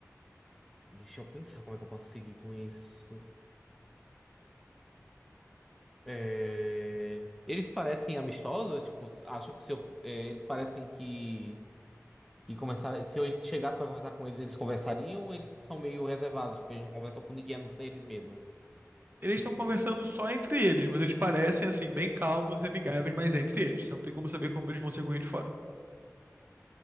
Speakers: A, in the centre; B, on the right (about 40°).
A: Deixa eu pensar como é que eu posso seguir com isso. É, Eles parecem amistosos, tipo, acho que se eu... é, eles parecem que que conversar se eu chegasse pra conversar com eles, eles conversariam, ou eles são meio reservados, tipo, eles não conversam com ninguém, a não ser eles mesmos.
B: Eles estão conversando só entre eles, mas eles parecem assim, bem calmos e amigáveis, mas é entre eles. Você não tem como saber como eles vão ser com alguém de fora.